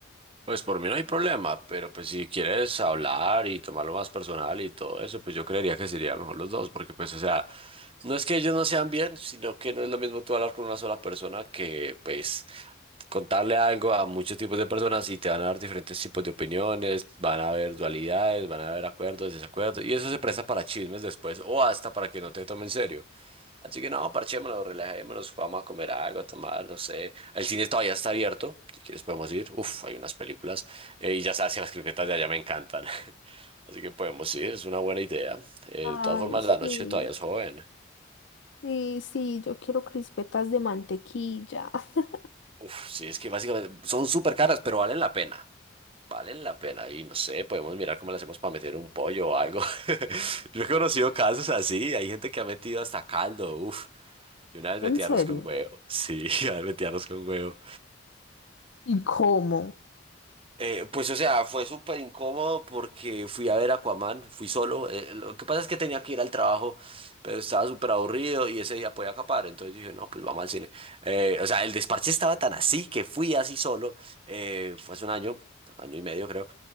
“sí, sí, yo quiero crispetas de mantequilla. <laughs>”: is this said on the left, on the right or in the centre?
Left